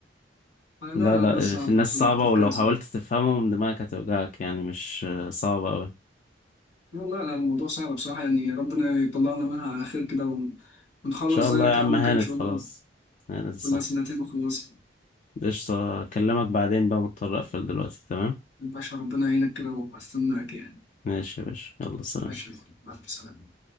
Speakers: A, on the left; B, on the left.
A: آه،
B: لا
A: لا لا
B: لا
A: الناس صعبة
B: في الناس
A: بصراحة
B: صعبة
A: تفكيرها
B: ولو حاولت
A: صعب
B: تفهمهم دماغك هتوجعك يعني مش آه، صعبة أوي إن
A: لا لا لا، الموضوع صعب بصراحة يعني ربنا يطلعنا منها على خير كده ون- ونخلص
B: شاء
A: زيك
B: الله يا عم
A: يا عم
B: هانت
A: كده إن شاء
B: خلاص
A: الله
B: هانت صح
A: كلها سنتين وخلصنا
B: قشطة أكلمك بعدين بقى مضطر أقفل دلوقتي تمام
A: باشا ربنا يعينك كده وأستناك يعني
B: ماشي يا باشا يلا سلام
A: ماشي مع السلامة